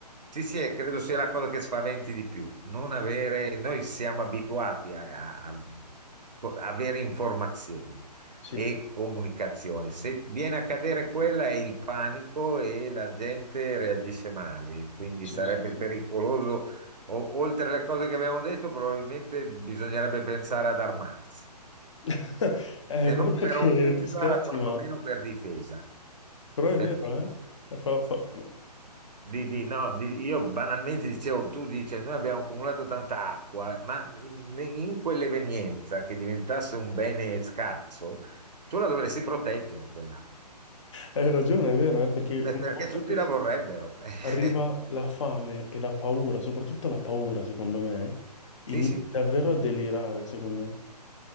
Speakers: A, on the right; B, on the left.
A: Sì, sì, e credo sia la cosa che spaventi di più. Non avere,
B: eh,
A: noi siamo abituati a, a- a co- avere informazioni
B: Sì,
A: e comunicazione. Se viene a cadere quella è il panico e la gente reagisce male, quindi
B: sì,
A: sarebbe
B: sì, sì.
A: pericoloso. O- oltre alle cose che abbiamo detto, probabilmente bisognerebbe pensare ad armarsi,
B: <laughs> Eh,
A: se
B: guarda
A: non per
B: che
A: offesa,
B: tu scherzi,
A: quantomeno
B: ma...
A: per difesa.
B: Però è
A: Perché
B: vero, eh? Fa- fa- <laughs>
A: di, di- no, di- io banalmente dicevo, tu dici, noi abbiamo accumulato tanta acqua, ma in, in quell'evenienza che diventasse un bene scarso, tu la dovresti proteggere quell'acqua,
B: Hai ragione, è vero, eh? Perché
A: per-
B: una
A: perché
B: volta
A: tutti
B: che...
A: la vorrebbero. <laughs>
B: arriva la fame e la paura, soprattutto la paura, secondo me, inizia
A: Eh, sì, sì.
B: davvero a delirare, secondo me.